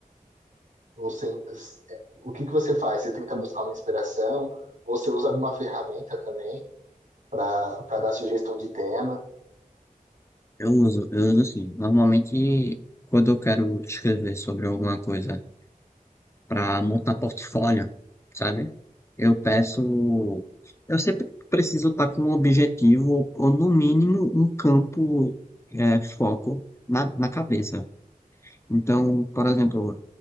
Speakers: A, on the right; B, on the left.
A: ou sem, é, o que que você faz? Você tenta buscar uma inspiração? Ou você usa alguma ferramenta também para para dar sugestão de tema?
B: Eu uso, eu uso assim. Normalmente, quando eu quero escrever sobre alguma coisa para montar portfólio, sabe? Eu peço. Eu sempre preciso estar com um objetivo, ou no mínimo um campo é, foco na, na cabeça. Então, por exemplo,